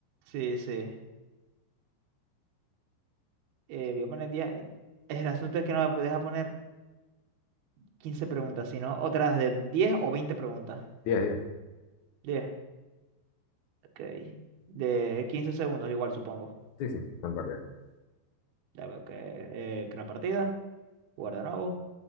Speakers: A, on the right (about 60°); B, on the left (about 70°).
A: Sí, sí. Eh, voy a poner 10. El asunto es que no me deja poner 15 preguntas, sino otras de diez o 20 preguntas.
B: diez diez
A: diez Ok. De 15 segundos igual, supongo.
B: Sí, sí, son correctas.
A: Ya veo que eh, crea partida. Jugar de nuevo.